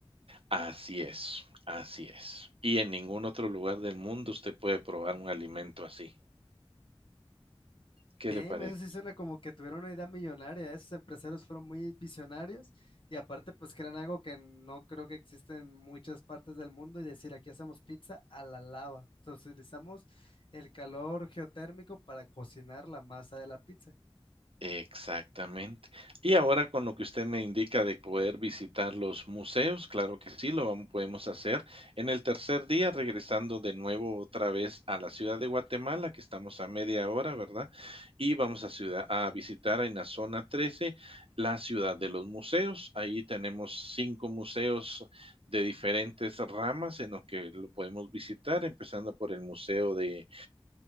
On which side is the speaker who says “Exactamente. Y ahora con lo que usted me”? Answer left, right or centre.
Right